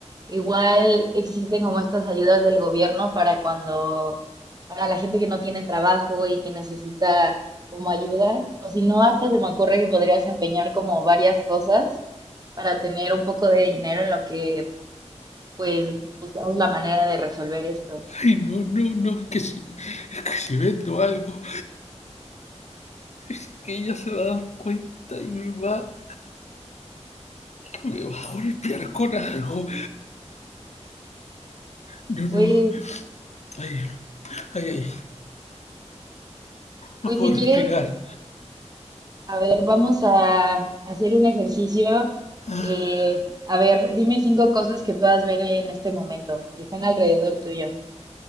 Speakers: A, on the right (about 35°); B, on the left (about 70°).
A: Igual existen como estas ayudas del gobierno para cuando, para la gente que no tiene trabajo y que necesita como ayuda, o si no, hasta se me ocurre que podrías empeñar como varias cosas para tener un poco de dinero en lo que pues buscamos la manera de resolver esto.
B: Ay, no, no, no, es que si, es que si vendo algo, es que ella se va a dar cuenta y me va, me va a golpear con algo. No,
A: Pues,
B: no, ay, ay, ay,
A: pues
B: no puedo
A: si quieres,
B: respirar.
A: a ver, vamos a hacer un ejercicio.
B: Ah,
A: Eh, a ver, dime cinco cosas que puedas ver en este momento, que están alrededor tuyo.